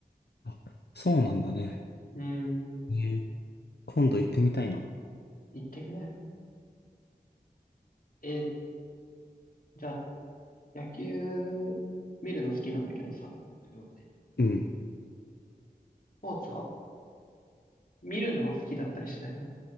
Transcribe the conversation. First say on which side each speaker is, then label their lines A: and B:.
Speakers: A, on the left; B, on the left.
A: あ、あ、そうなんだね。
B: うん、
A: ね今度行ってみたいな。
B: 行ってみなよ。えー、じゃあ、野球見るの好きなんだけどさ、自分はね。
A: うん。
B: スポーツは、見るのは好きだったりしないの